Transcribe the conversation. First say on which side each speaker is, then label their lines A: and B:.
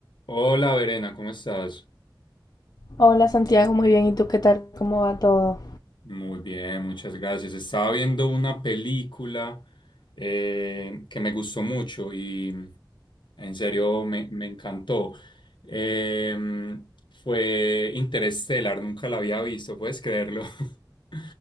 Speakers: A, on the left; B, on the left.
A: Hola, Verena, ¿cómo estás?
B: Hola Santiago, muy bien. ¿Y tú qué tal? ¿Cómo va todo?
A: Muy bien, muchas gracias. Estaba viendo una película eh, que me gustó mucho y en serio me, me encantó. Eh, fue Interstellar, nunca la había visto, puedes creerlo. <laughs>